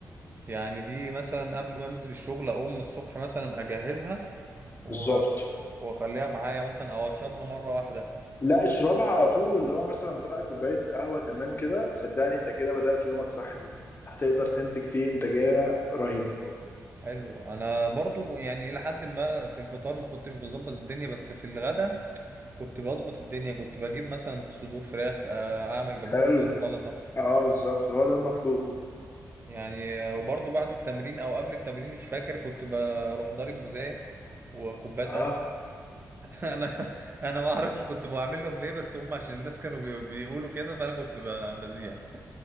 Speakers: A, on the right; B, on the left.
A: يعني دي مثلا قبل ما انزل الشغل اقوم الصبح مثلا اجهزها و-
B: بالظبط
A: واخليها معايا مثلا او اشربها مره واحده
B: لا اشربها على طول واللي هو مثلا بقى كوباية قهوة تمام كده صدقني انت كده بدأت يومك صح جدا هتقدر تنتج فيه انتاجية رهيبة
A: حلو انا برضو يعني الى حد ما في الفطار ما كنتش بظبط الدنيا بس في الغدا كنت بظبط الدنيا كنت بجيب مثلا صدور فراخ آه، اعمل جنبهم
B: حلو
A: شويه سلطه
B: اه بالظبط هو ده المطلوب
A: يعني آه، وبرضو بعد التمرين او قبل التمرين مش فاكر كنت بروح ضارب موزاية وكوبايه
B: اه
A: قهوه <laughs> انا انا ما اعرفش كنت بعمل لهم ليه بس هم عشان الناس كانوا بي- بيقولوا كده فانا كنت ب- بذيع